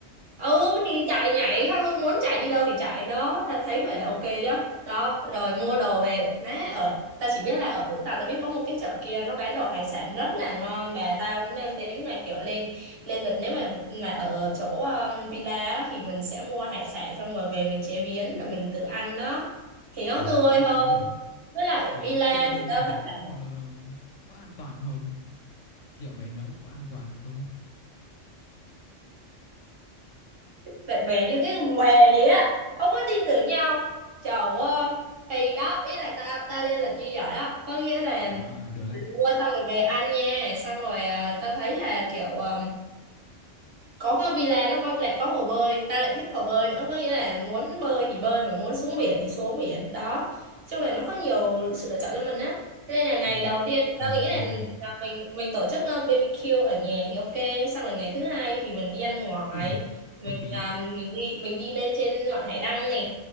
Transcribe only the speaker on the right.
ừ thì chạy nhảy không muốn chạy đi đâu thì chạy đó tao thấy vậy là ok chứ đó rồi mua đồ về nè ở tao chỉ biết là ở Vũng Tàu tao biết có một cái chợ kia nó bán đồ hải sản rất là ngon và tao cũng đang tính là kiểu lên lên lịch nếu mà mà ở chỗ um, villa á, thì mình sẽ mua hải sản xong rồi về mình chế biến rồi mình tự ăn đó thì nó
tươi
hơn
với lại
Villa
thì tao
thấy
là
bạn bè như cái con què vậy á không có tin tưởng nhau trời ơi thì đó ý là tao tao lên lịch như vậy đó có nghĩa là
mình mua xong rồi về ăn nha xong rồi à, tao thấy là kiểu à, có cái villa nó có lại có hồ bơi ta lại thích hồ bơi nữa có nghĩa là muốn bơi thì bơi mà muốn xuống biển thì xuống biển đó chung là nó có nhiều sự lựa chọn cho mình á Thế nên là ngày
đầu tiên
tao nghĩ
là,
là mình mình tổ chức ờ, BBQ ở nhà thì ok xong rồi ngày thứ hai thì mình đi ăn ngoài
mình
ờ,
mình đi mình đi lên trên ngọn hải đăng nè